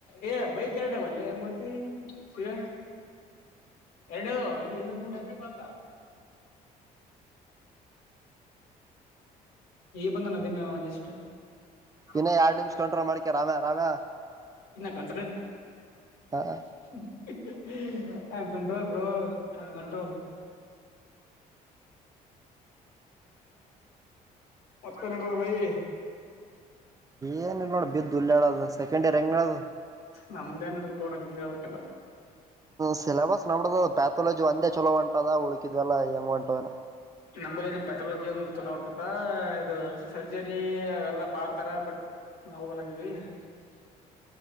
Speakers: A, on the left; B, on the right.
A: ಏ ಬೈಕ್ ಎರಡಾವಲ್ಲಿ ಹೆಂಗ ಬತ್ತ ಸಿಗ ಎರಡ ಇಲ್ಲಿ ಇ ಬಂದ <unintelligible> ಬಂದ ನದ ಮ ಜಸ್ಟ್.
B: ಇನ್ನ
A: ಬೈ
B: ಎರಡ್ ನಿಮಿಷ ಕಂಟ್ರೋಲ್ ಮಾಡ್ಕ್ಯ ರಾಮ್ಯ ರಾಮ್ಯ
A: ಕಂಟ.
B: ಹ
A: <unintelligible> ಐ ಎ ಕಂಟ್ರೋಲ್ ಬ್ರೋ ಕಂಟ್ರೋಲ್. ಹತ್ತರಡದ ಭೈ.
B: ಏನ್ ಇಲ್ ನೋಡ ಬಿದ್ದು ಉಳೆಡೋದು ಒಂದು ಸೆಂಡ್ ಇಯರ್ ಹೆಂಗ ಹೇಳೋದು.
A: ನಮ್ದ ಏನಿಲ್ಲ ನೋಡ ಹೇಳಬೇಕು ಎಲ್ಲಾ.
B: ಸಿಲೆಬಸ್ ನಡದಾದ ಪ್ಯಾಥೋಲಜಿ ಒಂದೇ ಚಲೋ ಹೊಂಟದ ಉಳಕಿದ್ ಎಲ್ಲ ಹೆಂಗ ಹೊಂಟವ.
A: ನಮ್ಮಲ್ಲಿ ಇನ್ ಪೆಥಾಲಜಿ ಒಂದು ಚಲ ಹೋಂಟದ ಇದು ಸರ್ಜರಿ ಎಲ್ಲ ಬಾ ಅಂತಾರ ಬಟ್. <unintelligible>